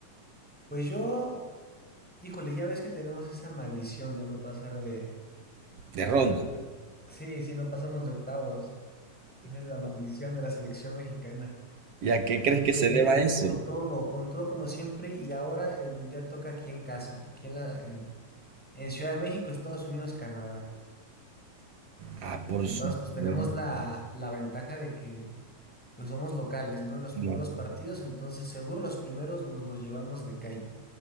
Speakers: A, in the centre; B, on the right.
A: Pues yo, híjole, ya ves que tenemos esa maldición de no pasar de...
B: de Ronda?
A: a- a- sí, sí, no pasamos de octavos. Esa es la maldición de la selección mexicana.
B: ¿Y a qué
A: Pero
B: crees que
A: pues
B: se
A: mira,
B: deba eso?
A: con todo, con todo como siempre, y ahora el mundial toca aquí en casa, aquí en la, en, en Ciudad de México, Estados Unidos, Canadá.
B: Ah, por
A: Entonces,
B: supuesto.
A: pues tenemos la, la ventaja de que pues somos locales, ¿no? En los
B: No,
A: primeros partidos, entonces seguro los primeros nos los llevamos de calle.